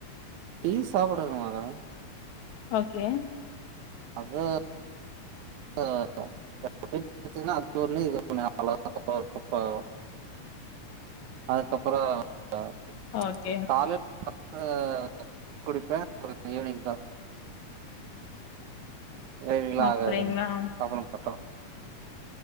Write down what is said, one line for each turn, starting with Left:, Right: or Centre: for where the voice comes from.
Right: டீ சாப்படதாங்க மேடம்
Left: ஓகே
Right: அது ஆ <unintelligible> குச்சனா அது ஒன்னு இது ஒன்னு அவ்ளோதா <unintelligible> அதுக்கப்பறோ அ
Left: ஓகே
Right: காலையில் <inaudible> குடிப்பேன் ஈவினிங் தா வெயிலா
Left: அப்டிங்களா
Right: ஆகாது சாப்டமாட்டோ